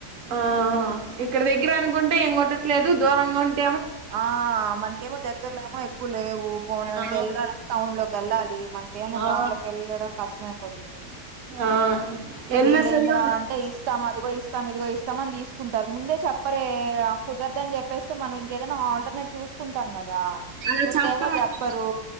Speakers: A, on the right; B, on the right.
A: ఆ ఇక్కడ దగ్గర అనుకుంటే ఏం కొట్టట్లేదు దూరంగా ఉంటే
B: ఆ మనకేమో దగ్గరలో ఏమో ఎక్కువ లేవు పోన్ంక
A: ఆ
B: వెళ్ళాలంటే టౌన్ లోకి వెళ్ళాలి మనకేమో
A: ఆ
B: టౌన్ లోకి వెళ్ళడం కష్టమయిపోతుంది
A: ఆ ఎల్లసలు
B: వీళ్ళేంద్రా అంటే ఇస్తాం అదిగో ఇస్తాం ఇదిగో ఇస్తాం మని తీసుకుంటారు ముందే చెప్పరే కుదరదు అని చెప్పేస్తే మనం ఇంకేదైనా ఆల్టర్నేట్ చూసుకుంటాం కదా
A: అలా
B: ముందేమో
A: చెప్పరక్క
B: చెప్పరు